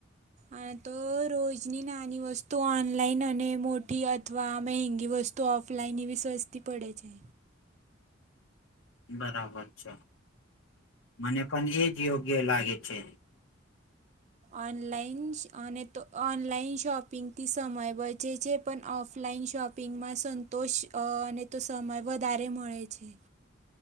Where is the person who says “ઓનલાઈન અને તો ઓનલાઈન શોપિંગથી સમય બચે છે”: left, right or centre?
Right